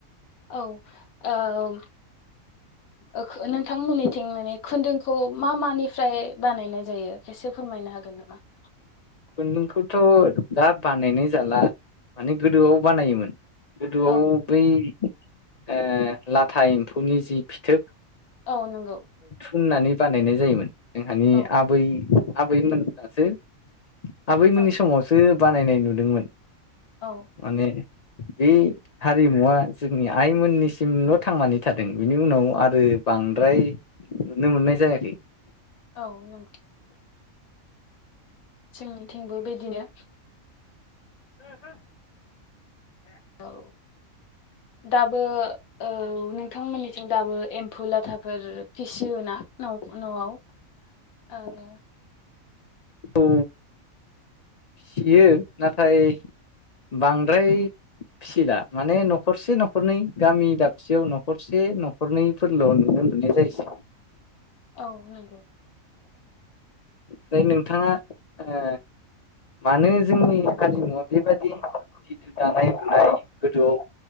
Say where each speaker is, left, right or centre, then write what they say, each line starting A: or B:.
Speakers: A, on the left; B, on the left.
A: औ ओम ओख नोंथांमोननिथिं माने खुन्दुंखौ मा मानिफ्राय बानायनाय जायो? एसे फोरमायनो हागोन? जबा <unintelligible>
B: खुन्दुंखौथ' दा बानायनाय जाला माने गोदोआव बानायोमोन। गोदोआव
A: औ
B: बै ओ लाथा एम्फौनि जि फिथोब
A: औ नंगौ।
B: फुननानै बानायनाय जायोमोन। जोंहानि
A: औ
B: आबै आबै मोनासो आबैमोननि
A: औ
B: समावसो बानायनाय नुदोंमोन।
A: औ
B: माने बे हारिमुवा जोंनि आइमोननिसिमल' थांनानै थादों। बिनि उनाव आरो बा बांद्राय नुनो मोननाय जायाखै।
A: औ नंगौ। जोंनिथिंबो बिदिनो
B: हो हो
A: औ। दाबो औ नोंथांमोननिथिं दाबो एम्फौ लाथाफोर फिसियो ना? न' न'आव ओ
B: खौ फियो। नाथाय बांद्राय फिसिला माने न'खरसे न'खरनै गामि दाबसेयाव न'खरसे न'खरनैफोरल' नुनो मोननाय जायसै।
A: औ नंगौ।
B: ओफ्राय नोंथाङा ओ? मानो जोंनि हारिमुआव बेबादि जिथु दानाय लुनाय गोदोआव